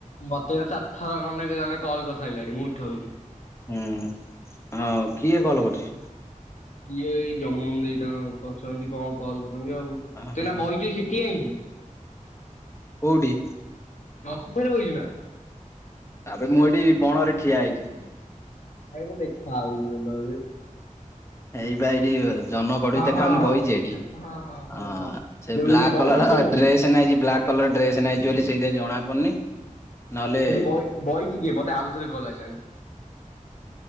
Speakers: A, on the left; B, on the left.
A: ମତେଵି ଚାରିଥର ଖଣ୍ଡେ ଜଣେ କଲ୍ କରିସାରିଲାଣି ମୁଁ ଉଠଉନି।
B: ହୁଁଆଉ କିଏ କଲ୍ କରୁଛି।
A: କିଏ ଏଇ ଜମୁନଦେଇ ତାଙ୍କ କଲ କରିଛନ୍ତି। କଣ କଲ୍ କରିଛନ୍ତି ଆଉ। ମୁଁ ତ
B: ଓହୋ
A: ଏଇନେ କହିକି ସେଠି ଆଇଲି।
B: କଉଠି।
A: ଛକରେ ବଇଛୁ ନା।
B: ତାପରେ ମୁଁ ଏଠି ବଣରେ ଠିଆ ହେଇଛି।
A: ଆଖିକୁ ଦେଖା ହଉନି ବୋଧେ।
B: ଏଇପା ଏଇଠି ବାସ। ଜହ୍ନ ପଡୁଛି
A: ହଁ
B: ଦେଖା
A: ହଁ
B: ହଉନି
A: ହଁ
B: ବଇଚି ଏଠି।
A: ହଁ ହଁ
B: ଅଁ
A: ହେଇ।
B: ସେ
A: ଯୋଉ
B: ବ୍ଲାକ୍
A: ଇଏ ବଇଚି
B: କଲର
A: କିଏ ହେଠି?
B: ଡ୍ରେସ୍ ନେଇଛି ବ୍ଲାକ୍। ବ୍ଲାକ କଲର୍ ଡ୍ରେସ୍ ନେଇଛୁ ବୋଲି ସେଇଥି ପାଇଁ ଜଣା ପଡୁନି। ନହେଲେ
A: ହଁ ହେଠି ବଇ ବଇଚି କିଏ ମତେ ଆଉ ଥରେ କଲ ଆଇଲାଣି।